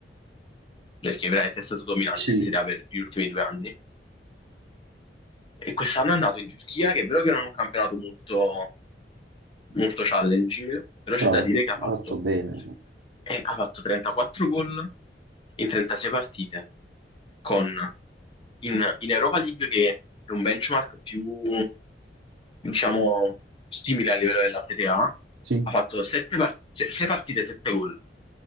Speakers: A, on the left (about 30°); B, on the right (about 75°).
A: perché veramente è stato dominante
B: Sì,
A: in Serie A per gli ultimi due anni. E quest'anno è andato in Turchia, che è vero che non è un campionato molto, molto challenging, però
B: Però
A: c'è da dire
B: ha
A: che ha fatto,
B: fatto bene,
A: eh, ha fatto 34 gol in 36 partite, con in, in Europa League che è un benchmark più, diciamo, simile a livello della Serie A,
B: sì,
A: ha fatto 6 partite, 7 gol.